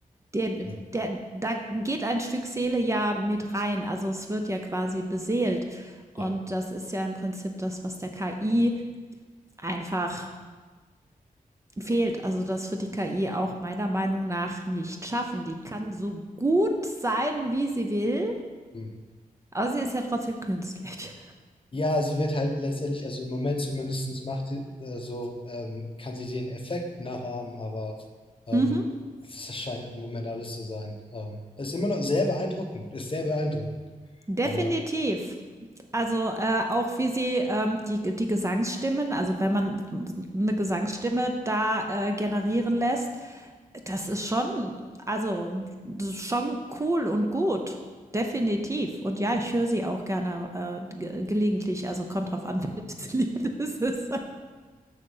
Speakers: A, on the right; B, on the left.
A: Der,
B: <laughs>
A: der, da geht ein Stück Seele ja mit rein. Also es wird ja quasi beseelt. Und
B: Ja.
A: das ist ja im Prinzip das, was der KI einfach fehlt. Also das wird die KI auch meiner Meinung nach nicht schaffen. Die kann so gut sein, wie sie will,
B: Hm.
A: aber sie ist ja trotzdem künstlich.
B: Ja, sie wird halt letztendlich, also im Moment zumindest macht sie, äh, so, ähm, kann sie den Effekt nachahmen, aber ähm,
A: Mhm.
B: das scheint im Moment alles zu sein. Ähm, ist immer noch sehr beeindruckend, ist sehr beeindruckend.
A: Definitiv.
B: Aber
A: Also, äh, auch wie sie, ähm, die die Gesangsstimmen also, wenn man eine Gesangsstimme da, äh, generieren lässt, das ist schon also, das ist schon cool und gut, definitiv. Und ja, ich höre sie auch gerne, äh, ge gelegentlich, also, kommt drauf an, <laughs> welches Lied es ist.